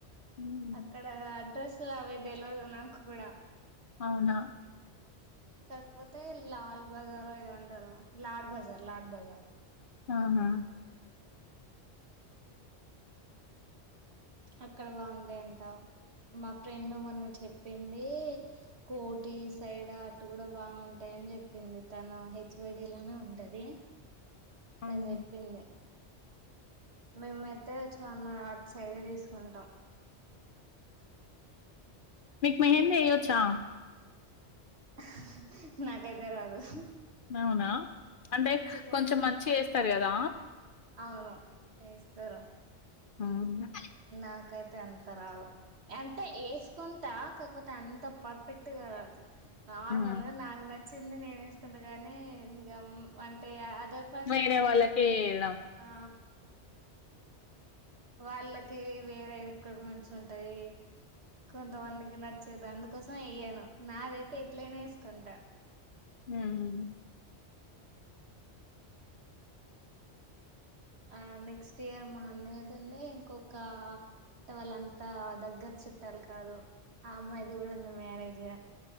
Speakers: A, on the left (about 55°); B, on the right (about 65°).
A: ఉమ్.
B: అక్కడ అడ్రస్ అవే తెలివదు నాకు గుడా
A: అవునా
B: కాక్ పోతే లాల్ బజారు ఏదో అంటరు లాడ్ బజార్ లాడ్ బజార్
A: ఆహా
B: అక్కడ బావుంటయంటా మా ఫ్రెండ్ మొన్న చెప్పిం దీ కోటి సైడా అటు గుడా బాగుంటయని జెప్పింది తను <unintelligible> ఉంటదీ
A: ఉమ్.
B: తను చెప్పింది మేమైతే చార్మ ఆట్ సైడే దీసుకుంటాం
A: మీకు మెహెంద ఎయ్యొచ్చా
B: అహ్హహ్హ హ్ నాకైతే రాదు ఉహ్హు
A: అవునా అంటే
B: కానీ
A: కొంచెం మంచిగ ఏస్తరు గదా
B: అవును ఏస్తరు
A: అవున
B: నాకైతే అంత రాదు. అంటే ఏసుకుంటా కాకపోత అంత పర్ఫెక్ట్ రాదు. నార్మల్
A: ఉమ్.
B: గ నాకు నచ్చింది నేను ఏసుకుంట గనీ, ఇగ అంటే అ దర్ పర్సన్కీ
A: వేరే వాళ్ళకి వేయడం
B: ఆ వాళ్ళకీ వేరే రిక్రూట్మెంట్స్ ఉంటయి కొంతమందికి నచ్చదు అందుకోసం ఎయ్యను. నాదైతే ఎట్లైనా ఏసుకుంట.
A: ఊమ్
B: ఆ నెక్స్ట్ ఇయర్ మా అన్నయ్య దుంది ఇంకొక ఆంటె వాళ్ళంతా దగ్గరి చుట్టాలు కాదు ఆ అమ్మాయిది గుడా ఉంది మ్యారేజూ